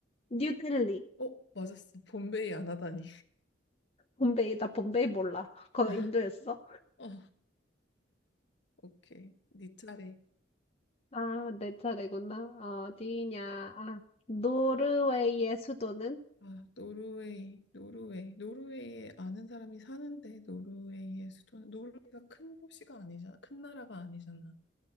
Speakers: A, on the left; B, on the left.
A: 뉴델리.
B: 어 맞았어. bombay이 안 하다니.
A: bombay이 나 봄베이 몰라. 그거
B: <laughs>
A: 인도였어?
B: 어 오케이 네 차례.
A: 아, 내 차례구나. 어디냐. 아, 노르웨이의 수도는?
B: 아, 노르웨이, 노르웨이. 노르웨이에 아는 사람이 사는데 노르웨이의 수도 노르웨이가 큰 도시가 아니잖아. 큰 나라가 아니잖아.